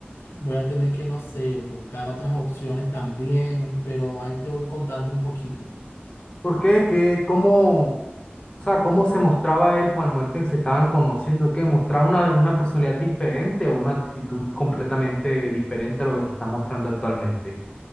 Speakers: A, on the left (about 85°); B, on the left (about 25°).
A: Voy a tener que, no sé, buscar otras opciones también, pero ahí te voy contando un poquito.
B: ¿Por qué? ¿Qué? ¿Cómo? O sea, ¿cómo se mostraba él por el momento en que se estaban conociendo? ¿Qué? ¿Mostraba una, una personalidad diferente o una actitud completamente diferente a lo que te está mostrando actualmente?